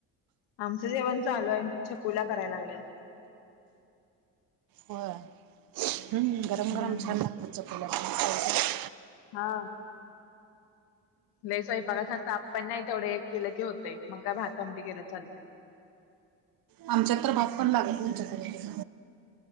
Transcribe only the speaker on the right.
होय गरम
गरम छान लागतात चकुल्या पण
आमच्यात तर भात पण लागत नाही चकू